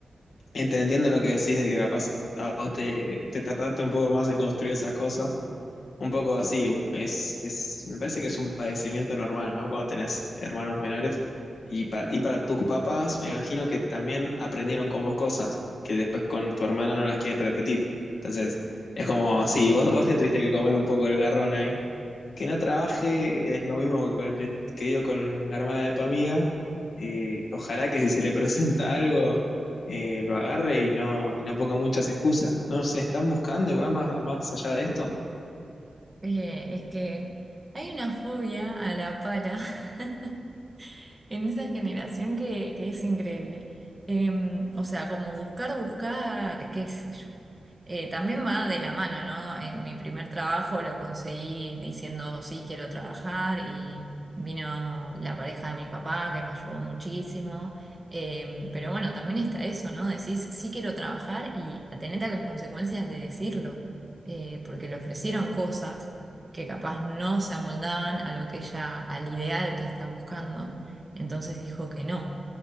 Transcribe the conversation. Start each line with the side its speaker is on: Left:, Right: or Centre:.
Left: Entendiendo lo que decís de que capaz a vos te, te tardaste un poco más en construir esas cosas, un poco así, un- es, es, me parece que es un padecimiento normal, ¿no? Cuando tenés hermanos menores y para, y para tus papás, me imagino que también aprendieron con vos cosas que después con tu hermana no las quieren repetir. Entonces, es como, sí, vos, vos te tuviste que comer un poco el garrón ahí que no trabaje es lo mismo que, con- que digo con la hermana de tu amiga. Eh, ojalá que si se le presenta algo, eh, lo agarre y no, y no ponga muchas excusas. No se están buscando igual más, más allá de esto.
Right: Eh, es que hay una fobia a la pala. <laughs> en esa generación que, que es increíble. Em, o sea, como buscar, buscar, qué sé yo. Eh, también va de la mano, ¿no? Eh, mi primer trabajo lo conseguí diciendo, sí, quiero trabajar y vino la pareja de mi papá que me ayudó muchísimo. Em, pero bueno, también está eso, ¿no? Decís, sí quiero trabajar y atenete a las consecuencias de decirlo, Eh, porque le ofrecieron cosas que capaz no se amoldaban a lo que ella, al ideal que está buscando. Entonces dijo que no.